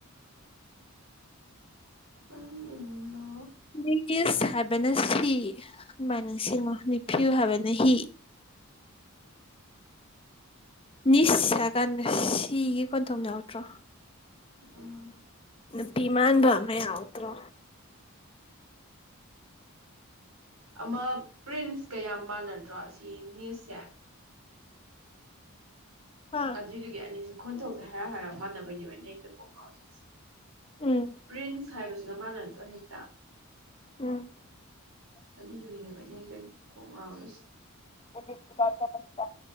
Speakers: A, on the right; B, on the left.
A: ꯁꯟ ꯏꯟ ꯂꯣ
B: ꯅꯤꯁ ꯍꯥꯏꯕꯅ ꯁꯤꯥ ꯁꯨꯃꯥꯏ ꯅꯤꯡꯁꯤꯡꯉꯣ ꯅꯤꯐꯤꯌꯨ ꯍꯥꯏꯕꯅ ꯍꯤ ꯅꯤꯁ ꯍꯥꯏꯀꯥꯟꯗ ꯁꯤꯒꯤ ꯈꯣꯟꯊꯣꯛ ꯌꯥꯎꯗ꯭ꯔꯣ
A: ꯎꯝ
B: ꯅꯨꯄꯤ ꯃꯥꯟꯕ ꯑꯃ ꯌꯥꯎꯗ꯭ꯔꯣ
A: ꯑꯃ ꯄ꯭ꯔꯤꯟꯁ ꯀ ꯌꯥꯝ ꯃꯥꯟꯅꯗ꯭ꯔꯣ ꯁꯤ ꯏꯪꯂꯤꯁ ꯁꯦ
B: ꯍꯥ
A: ꯑꯗꯨꯏ ꯗꯨꯒꯤ ꯑꯅꯤꯁꯨ ꯈꯣꯟꯊꯣꯛꯇ ꯍꯔꯥꯞ ꯍꯥꯏꯔꯥꯞ ꯃꯥꯟꯅꯕꯒꯅꯤ ꯑꯩꯅ ꯍꯦꯛꯇ ꯀꯣꯛ ꯉꯥꯎꯔꯤꯁꯦ
B: ꯎꯝ
A: ꯄ꯭ꯔꯤꯟꯁ ꯍꯥꯏꯕꯁ ꯁꯤꯗ ꯃꯟꯅꯗ꯭ꯔꯣ ꯍꯦꯛꯇ
B: ꯎꯝ
A: ꯑꯗꯨꯏꯗꯨꯒꯤꯅꯦꯕ <inaudible> ꯀꯣꯛ ꯉꯥꯎꯏ ꯁꯦ
B: <inaudible>